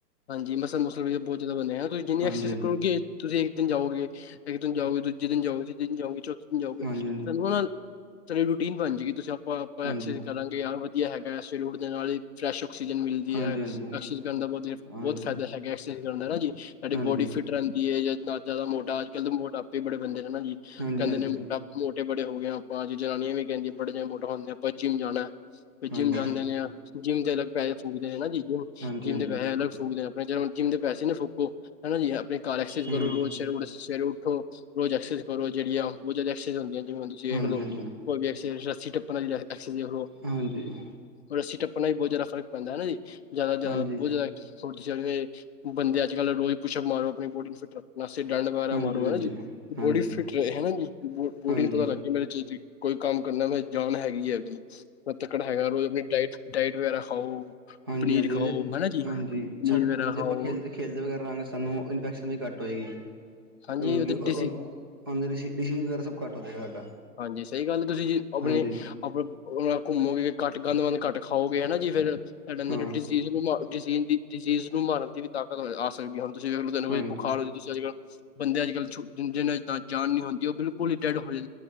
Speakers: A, on the left; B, on the right.
A: ਹਾਂਜੀ ਮਸਲ ਮੁਸਲ ਵੀ ਬਹੁਤ ਜ਼ਿਆਦਾ ਬਣੇਗਾ ਤੁਸੀ ਜਿੰਨੀ
B: ਹਾਂਜੀ
A: ਐਕਸਜ਼
B: ਹਾਂਜੀ
A: ਕਰੋਗੇ ਤੁਸੀਂ ਇੱਕ ਦਿਨ ਜਾਓਗੇ, ਇੱਕ ਦਿਨ ਜਾਓਗੇ, ਦੂਜੇ ਦਿਨ ਜਾਓਗੇ, ਤੀਜੇ ਦਿਨ ਜਾਓਗੇ, ਚੌਥੇ ਦਿਨ ਜਾਓਗੇ
B: ਹਾਂਜੀ
A: ਤਾਂਨੂੰ ਨਾ ਸਾਡੀ ਰੂਟੀਨ ਬਣ ਜੇਗੀ ਤੁਸੀਂ ਆਪਾਂ-ਆਪਾਂ
B: ਹਾਂਜੀ
A: ਐਕਸਜ
B: ਹਾਂਜੀ
A: ਕਰਾਂਗੇ ਯਾਰ ਵਧੀਆ ਹੈਗਾ ਐ ਸੇਰੇ ਉਠਦੇ ਨਾਲ ਈ ਫਰੈਸ਼ ਔਕਸੀਜਨ ਮਿਲਦੀ
B: ਹਾਂਜੀ
A: ਐ ਐਕਸੀਜ ਕਰਨ ਦਾ ਬਹੁ
B: ਹਾਂਜੀ
A: ਬਹੁਤ ਫਾਇਦਾ ਹੈਗਾ ਐ ਐਕਸੀਜ ਕਰਨ ਦਾ ਹਨਾ ਜੀ। ਸਾਡੀ
B: ਹਾਂਜੀ
A: ਬੋਡੀ ਫਿੱਟ ਰਹਿੰਦੀ ਏ ਨਾ ਜ਼ਿਆਦਾ ਮੋਟਾ ਅੱਜ-ਕੱਲ ਦੇ ਮੋਟਾਪੇ ਬੜੇ ਬੰਦੇ ਨੇ ਹਨਾ ਜੀ
B: ਹਾਂਜੀ
A: ਕਹਿੰਦੇ
B: ਹਾਂਜੀ
A: ਨੇ ਮੋਟਾ ਮੋਟੇ ਬੜੇ ਹੋ ਗਏ ਆਪਾਂ ਜ਼ਨਾਨੀਆਂ ਵੀ ਕਹਦੀਆਂ ਬੜੀਆਂ ਮੋਟਾ ਹੁੰਦੀਆਂ ਆਪਾਂ ਜਿਮ ਜਾਣੈ।
B: ਹਾਂਜੀ
A: ਜਿੰਮ ਜਾਂਦੇ ਨੇ ਆ ਜਿੰਮ ਦੇ ਅਲੱਗ ਪੈਹੇ ਫੂਕਦੇ ਆਂ ਹਨਾ ਜੀ ਜੋ
B: ਹਾਂਜੀ ਹਾਂਜੀ
A: ਜਿੰਮ ਦੇ ਪੈਹੇ
B: ਹਾਂਜੀ
A: ਅਲੱਗ ਫੂਕਦੇ ਜਿੰਮ ਦੇ ਪੈਸੇ ਨਾ ਫੂਕੋ ਹਨਾ ਜੀ ਆਪਣੇ ਘਰ ਐਕਸਜ
B: ਹੂੰ
A: ਕਰੋ ਰੋਜ਼ ਸੇਰੇ ਉਠ ਸਵੇਰੇ ਉਠੋ। ਰੋਜ਼ ਐਕਸਜ਼ ਕਰੋ ਜਿਹੜੀ ਆਹ ਬਹੁਤ ਜਿਆਦਾ ਐਕਸਜ਼ ਹੁੰਦੀਆਂ ਜਿਵੇਂ ਤੁਸੀ
B: ਹਾਂਜੀ
A: ਵੇਖ ਲੋ ਕੋਈ ਵੀ ਐਕਸਜ ਰੱਸੀ ਟੱਪਣ ਆਈ ਐਹ ਐਕਸਜ ਵੇਖ ਲੋ।
B: ਹਾਂਜੀ। ਹਾਂਜੀ
A: ਰੱਸੀ ਟੱਪਣ ਨਾਲ ਈ ਬਹੁਤ ਜ਼ਿਆਦਾ ਫਰਕ ਪੈਂਦੈ ਅਨਾ ਜੀ ਜ਼ਿਆਦਾ-ਜ਼ਿਆਦਾ
B: ਹਾਂਜੀ
A: ਬੋਅ ਜ਼ਿਆਦਾ ਜੈਵੇਂ ਬੰਦੇ ਅੱਜ-ਕੱਲ ਰੋਜ਼ ਪੁੱਛਅਪ ਮਾਰੋ ਆਪਣੀ ਬੋਡੀ ਨੂੰ ਫਿੱਟ ਰੱਖ ਨਾਸੇ ਡੰਡ ਵਗੈਰਾ
B: ਹਾਂਜੀ
A: ਮਾਰੋ ਹਨਾ ਜੀ ਬੋਡੀ
B: ਹਾਂਜੀ ਹਾਂਜੀ
A: ਫਿਟ ਰਹੇ ਹਨਾ ਜੀ ਬੋ ਬੋਡੀ
B: ਹਾਂਜੀ
A: ਨੂੰ ਪਤਾ ਲੱਗੇ ਮੇਰਾ ਕੋਈ ਕੰਮ ਕਰਨਾ ਮ ਜਾਨ ਹੈਗੀ ਐਂ ਜੀ ਮੈ ਤੱਕੜ ਹੈਗਾ ਰੋਜ਼ ਆਪਣੀ ਡਾਇਟ, ਡਾਇਟ ਵਗੈਰਾ ਖਾਓ।
B: ਹਾਂਜੀ-ਹਾਂਜੀ,
A: ਪਨੀਰ ਖਾਓ ਹੈ ਨਾ ਜੀ
B: ਹਾਂਜੀ
A: ਪਨੀਰ
B: ਛੱਡ
A: ਵਗੈਰਾ ਖਾਓ
B: ਜੇ ਆਪਾਂ ਖੇਲਦੇ-ਖੇਲਦੇ ਵਗੈਰਾ ਰਾਹਗੇ ਸਾਨੂੰ ਇਨ ਵੀ ਘੱਟ ਹੋਏਗੀ,
A: ਹਾਂਜੀ
B: ਉਹ
A: ਡਿਸੀ
B: ਉਹਨ ਡੀ ਸੀ ਵਗੈਰਾ ਸਭ ਘੱਟ ਹੋ ਜਾਏਗਾ ਸਾਡਾ।
A: ਹਾਂਜੀ ਸਈ ਗੱਲ ਤੁਸੀਂ ਜੇ ਆਪਣੀ
B: ਹਾਂਜੀ
A: ਆਪ ਘੁੰਮੋਗੇ ਘੱਟ ਗੰਦ ਮੰਦ ਘੱਟ ਖਾਓ ਫੇ ਏਹ ਨਾ ਜੀ ਫੇਰ
B: ਹਾਂ
A: ਡਿਸੀਜ਼ ਨੂੰ ਮਾ ਡਿਸੀਜ਼ ਨੂੰ ਮਾਰਨ ਦੀ ਵੀ ਤਾਕ ਆ ਸਕਦੀ ਹੁਣ ਤੁਸੀ ਵੇਖਲੋ ਤਨੂੰ
B: ਹਾਂਜੀ
A: ਕੋਈ ਬੁਖਾਰ ਤੁਸ ਅੱਜ-ਕੱਲ ਬੰਦੇ ਅੱਜ-ਕੱਲ ਛੋ ਜਿੰਨਾ ਅ ਤਾਂ ਜਾਨ ਨੀ ਹੁੰਦੀ ਉਹ ਬਿਲਕੁਲ ਈ ਡੈਡ ਹੋ ਜਾਂ